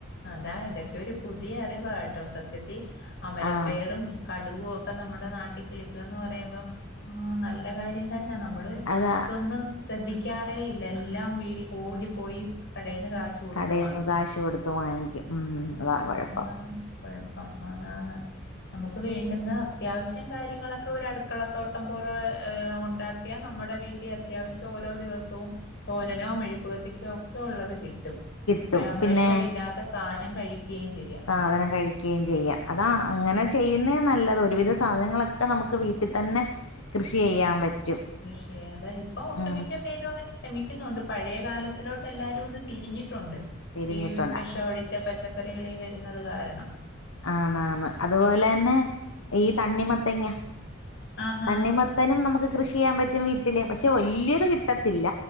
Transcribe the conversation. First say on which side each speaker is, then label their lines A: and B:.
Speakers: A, on the left; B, on the left.
A: അതാ ഇതൊക്കെ ഒരു പുതിയ അറിവാ കേട്ടോ സത്യത്തിൽ അമരപയറും
B: ആഹ്
A: കടുകും ഒക്കെ നമ്മുടെ നാട്ടിൽ കിളിക്കുവാന്ന് പറയുമ്പം ആഹ് നല്ല കാര്യം തന്നാ നമ്മള്
B: അതാ
A: ഇതൊന്നും ശ്രദ്ധിക്കാറേ ഇല്ല എല്ലാം വീ ഓടിപ്പോയി കടേയ്ന്ന് കാശ് കൊടുത്ത്
B: കടേന്ന് കാശ് കൊടുത്ത് വാങ്ങിക്കും ഉം അതാ
A: അങ്ങനെയാണ്
B: കുഴപ്പം
A: കുഴപ്പം അതാണ് നമുക്ക് വേണ്ടുന്ന അത്യാവശ്യം കാര്യങ്ങളൊക്കെ ഒരു അടുക്കളത്തോട്ടം പോലെ ഒണ്ടാ ക്കിയാനമ്മടെ വീട്ടിൽ അത്യാവശ്യം ഓരോ ദിവസവും തോരനോ മെഴുക്കുപുരട്ടിക്കോ ഒക്കെ ഉള്ളത് കിട്ടും
B: കിട്ടും
A: വെ
B: പിന്നെ
A: വെഷവില്ലാ ത്ത സാധനം കഴിക്കേം ചെയ്യാം
B: സാധനം കഴിക്കേം ചെയ്യാം അതാ അങ്ങനെ
A: ഉം
B: ചെ ചെയ്യുന്നേ നല്ലത് ഒരുവിധം സാധനങ്ങളൊക്കെ നമുക്ക് വീട്ടിതന്നെ കൃഷി ചെയ്യാൻ പറ്റും
A: കൃഷി അത ഇപ്പൊ ഒട്ടുമിക്ക
B: ഉം
A: പേരും അങ്ങനെ ശ്രമിക്കുന്നുണ്ട് പഴയെ കാലത്തിലോട്ട് എല്ലാരും ഒന്ന് തിരിഞ്ഞിട്ടുണ്ട്
B: തിരിഞ്ഞിട്ടുണ്ട്
A: ഈ വെഷവടിച്ച പച്ചക്കറികളീ വരുന്നത് കാരണം
B: ആണാണ് അതുപോലെയന്നെ ഈ തണ്ണിമത്തങ്ങ
A: ആഹാ
B: തണ്ണിമ ത്തനും നമുക്ക് കൃഷി ചെയ്യാൻ പറ്റും വീട്ടില് പക്ഷെ വല്യെത് കിട്ടത്തില്ല